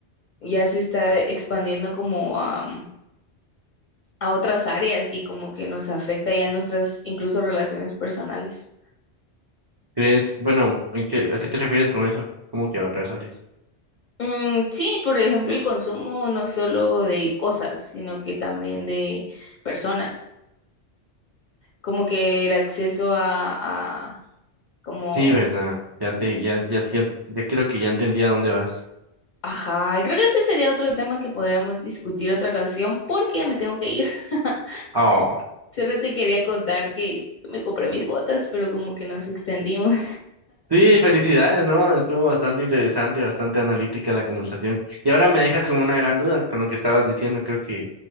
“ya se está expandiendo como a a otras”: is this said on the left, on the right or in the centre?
Left